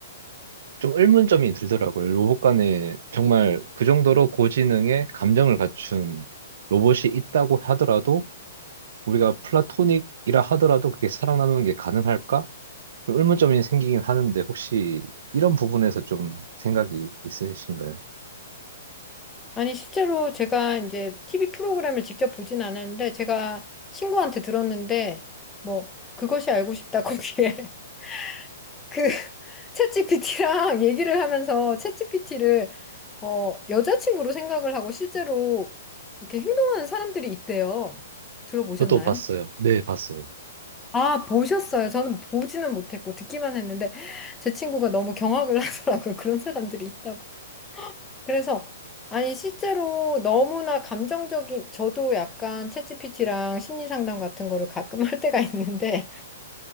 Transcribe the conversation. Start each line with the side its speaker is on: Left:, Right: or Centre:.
Right: 좀 의문점이 들더라고요. 로봇 간에 정말 그 정도로 고지능의 감정을 갖춘 로봇이 있다고 하더라도, 우리가 플라토닉이라 하더라도 그게 사랑 나누는 게 가능할까? 좀 의문점이 생기긴 하는데, 혹시 이런 부분에서 좀 생각이 있으신가요?
Left: 아니 실제로 제가 이제 TV 프로그램을 직접 보진 않았는데 제가 친구한테 들었는데 뭐 그것이 알고 싶다 거기에 <laughs> 그 챗GPT랑 얘기를 하면서 챗GPT를 어 여자친구로 생각을 하고 실제로 이렇게 행동하는 사람들이 있대요 들어보셨나요?
Right: 저도 봤어요. 네, 봤어요.
Left: 아, 보셨어요? 저는 보지는 못했고 듣기만 했는데 제 친구가 너무 경악을 <laughs> 하더라고요. 그런 사람들이 있다고. 그래서 아니 실제로 너무나 감정적인 저도 약간 챗GPT랑 심리 상담 같은 거를 가끔 할 때가 있는데